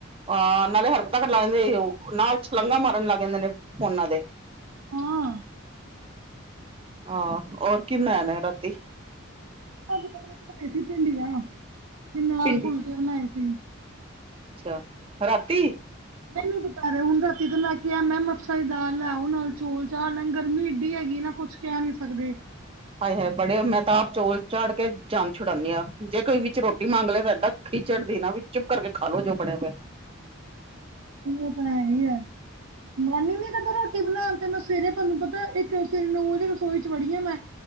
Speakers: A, on the right; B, on the right.
A: ਆਹ ਨਾਲੇ ਹਰ ਤੱਕ ਲਾ ਜਾਂਦੇ ਉਹ ਨਾਲ ਛਲਾਂਘਾ ਮਾਰਨ ਲੱਗ ਜਾਂਦੇ ਨੇ ਫੋਨਾਂ ਦੇ
B: ਹਾਂ
A: ਹਹ ਹੋਰ ਕੀ ਬਣਾਇਣਾ ਨਯਾ ਰਾਤੀ
B: ਅੱਜ ਬਣਾਏ ਸੀ ਭਿੰਡੀਆਂ ਤੇ ਨਾਲ
A: ਭਿੰਡੀ
B: ਫੁਲਕੇ ਬਣਾਏ ਸੀ
A: ਅੱਛਾ ਰਾਤੀ
B: ਮੈਨੂੰ ਦੁਪਹਰੇ ਹੁਣ ਰਾਤੀ ਤੋਂ ਲੈ ਕੇ ਆ ਮੈਂ ਮਸਰ ਦੀ ਦਾਲ ਲੈਓ ਨਾਲ ਚੋਲ ਚਾੜ ਲੈ ਗਰਮੀ ਏਡੀ ਹੈਗੀ ਨਾ ਕੁਛ ਕੈ ਨੀ ਸਕਦੇ
A: ਹ <inaudible> ਹਾਏ ਏ ਬੜੇ ਮੈਂ ਤਾਂ ਆਪ ਚੋਲ ਚਾੜ ਕੇ ਜਾਨ ਛੁਡਾਂਦੀ ਹਾਂ ਜੇ ਕੋਈ ਵਿੱਚ ਰੋਟੀ ਮੰਗ ਲਏ ਤਾਂਡਾ ਖਿਚ ਚੜ੍ਹਦੀ ਨਾ ਵੀ ਚੁੱਪ ਕਰਕੇ ਖਾ ਲੋ ਜੋ ਬਣਿਆ ਪੇਆ
B: ਆਪਣਾ ਹੈ ਹੀ ਹੈ ਮਨ ਹੀ ਨੀ ਕਰਦਾ ਰੋਟੀ ਬਣਾਉਣ ਤੇ ਮੈਂ ਸਵੇਰੇ ਤੁਹਾਨੂੰ ਪਤਾ ਇੱਕ ਸਵੇਰੇ ਨੌ ਵਜੇ ਰਸੋਈ ਚ ਵੜੀ ਆ ਮੈਂ